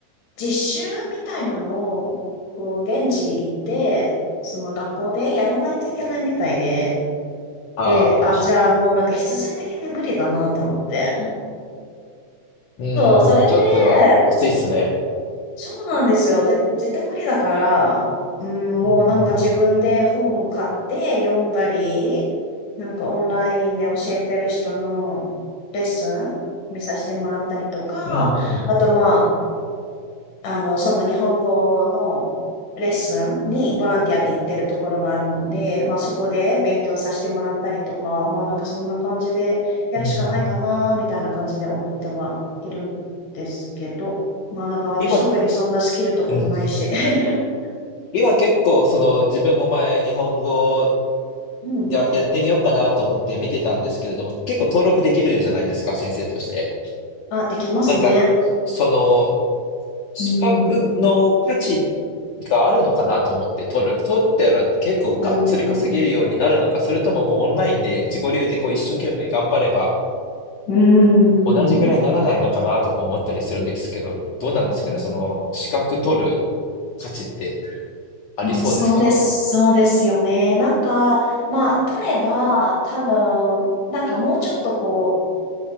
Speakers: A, on the left; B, on the left.
A: 実習みたいなのを、こう、現地行って、その学校でやらないといけないみたいで、
B: ああ、
A: で、あ、じゃあもうなんか必然的に無理だなと思って。
B: うん。
A: そう、それ
B: ちょっと、
A: で、
B: きついっすね。
A: そうなんですよ。で、絶対無理だから、うん、もうなんか自分で本を買って読んだり、
B: うん。
A: なんかオンラインで教えてる人のレッスン見させてもらったりとか、
B: うん。うん。
A: あとまあ、あの、その日本語のレッスンにボランティアで行ってるところがあるので、まあそこで勉強させてもらったりとか、まあなんかそんな感じでやるしかないかな、
B: うん。うん
A: みたいな感じで思ってはいるんですけど、まあなんか私特にそんなスキルとかもないし。
B: 今、うん。
A: <laughs>
B: 今結構その自分も前日本語
A: うん。
B: や、やってみようかなと思って見てたんですけれども結構登録できるじゃないですか先生として。
A: あ、できますね。
B: なんかその資格の価値
A: うん。
B: があるのかなと思って取る。取ったら結構がっつり稼げるようになるのかそれとももうオンラインで自己流でこう一生懸命頑張れば
A: うん。うん。うん。
B: 同じぐらいにならないのかなとか思ったりするんですけどどうなんですかねその資格取る
A: うん。
B: 価値ってありそうですか
A: うん、そうです。そうですよね。なんか、まあ、取れば、多分、なんかもうちょっとこ